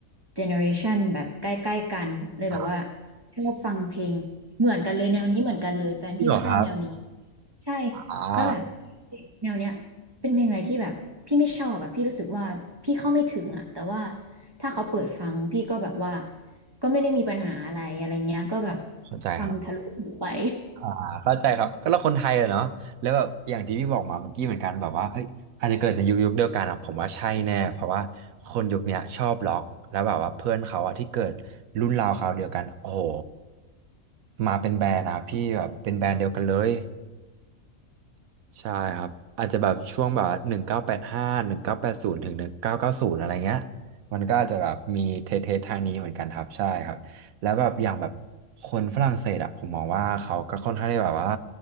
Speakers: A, on the right; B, on the right.
A: เจเนอเรชันแบบใกล้ๆกันเลยแบบว่า
B: ครับ
A: ชอบฟังเพลงเหมือนกันเลยแนวนี้เหมือนกันเลยแฟนพี่ก็ชอบแนวนี้
B: พี่เหรอครับ
A: ใช่
B: อ่
A: แล้วแบบ
B: า
A: แนวเนี้ยเป็นเพลงอะไรที่แบบพี่ไม่ชอบอะพี่รู้สึกว่าพี่เข้าไม่ถึงอะแต่ว่าถ้าเขาเปิดฟังพี่ก็แบบว่าก็ไม่ได้มีปัญหาอะไรอะไรเงี้ยก็แบบ
B: เข้าใจครับ
A: ฟังทะลุหูไป <laughs>
B: อ่าเข้าใจครับก็เราคนไทยอะเนาะแล้วแบบอย่างที่พี่บอกมาเมื่อกี้เหมือนกันแบบว่าเอ้ยอาจจะเกิดในยุคยุคเดียวกันอะผมว่าใช่แน่เพราะว่าคนยุคเนี้ยชอบล็อกแล้วแบบว่าเพื่อนเขาอะที่เกิดรุ่นราวคราวเดียวกันโอ้โหมาเป็นแบรนด์อะพี่แบบเป็นแบรนด์เดียวกันเลย ใช่ครับอาจจะแบบช่วงแบบหนึ่งเก้าแปดห้าหนึ่งเก้าแปดศูนย์ถึงหนึ่งเก้าเก้าศูนย์อะไรเงี้ยมันก็อาจจะแบบมีเทเททางนี้เหมือนกันครับใช่ครับแล้วแบบอย่างแบบคนฝรั่งเศสอะผมมองว่าเขาก็ค่อนข้างที่แบบว่า